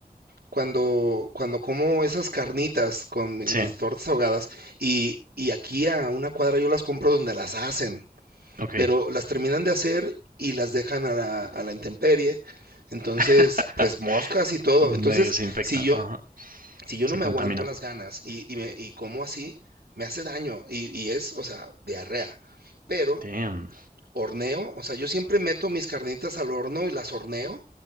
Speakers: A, on the right; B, on the right.
A: cuando, cuando como esas carnitas con mi-
B: sí,
A: mis tortas ahogadas y, y aquí a una cuadra yo las compro donde las hacen,
B: ok.
A: pero las terminan de hacer y las dejan a la, a la intemperie, entonces
B: <laughs>
A: pues moscas y todo,
B: Medio
A: entonces
B: se infecta,
A: si yo,
B: ajá,
A: si yo
B: se
A: no me
B: contamina.
A: aguanto las ganas y, y, me- y como así, me hace daño y, y es, o sea, diarrea, pero
B: Damn,
A: horneo, o sea, yo siempre meto mis carnitas al horno y las horneo